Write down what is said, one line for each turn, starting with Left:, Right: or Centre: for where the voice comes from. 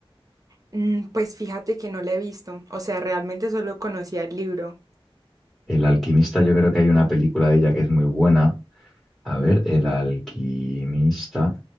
Right: Mm, pues fíjate que no lo he visto, o sea, realmente solo conocía el libro.
Centre: El alquimista, yo creo que hay una película de ella que es muy buena, A ver, el alquimista.